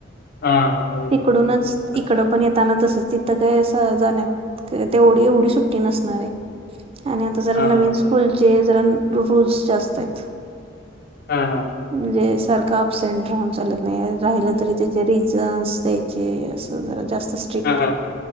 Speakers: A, on the left; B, on the right.
A: हा बरोबर
B: तिकडूनच
A: असं
B: इकड पण येताना तस तिथं काय जाण्यात तेवढी- एवढी सुट्टी नसणार आहे. आणि आता जरा
A: हा
B: नवीन
A: बरोबर.
B: स्कूलचे जरा रुल्स जास्त आहेत.
A: हा हा,
B: म्हणजे सारखं अबसेंट राहून चालत नाही राहिलं तरी त्याचे रिझन्स द्यायचे असं जरा जास्त स्ट्रिक्ट
A: हा
B: आहे.
A: हा.